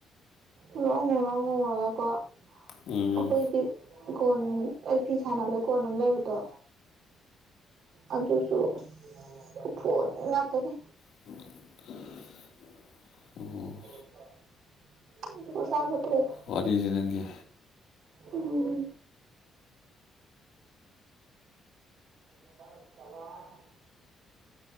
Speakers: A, on the right; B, on the left.
A: ꯉꯧꯔꯣꯛ ꯉꯧꯔꯣꯛ ꯉꯧꯔꯒꯀꫭ
B: ꯎꯝ
A: ꯑꯩꯈꯣꯏꯗꯤ ꯀꯣꯟ ꯑꯩ ꯐꯤ ꯁꯥꯟꯅꯕꯩ ꯀꯣꯟ ꯑꯝ ꯂꯩꯕꯗꯣ ꯑꯗꯨꯖꯨ ꯑꯁ ꯎꯐꯨꯟ ꯉꯥꯛꯇꯅꯤ
B: <inaudible> ꯎꯝ
A: <unintelligible>
B: ꯋꯥꯔꯤꯖꯦ ꯅꯪꯒꯤ
A: ꯎꯝ <inaudible>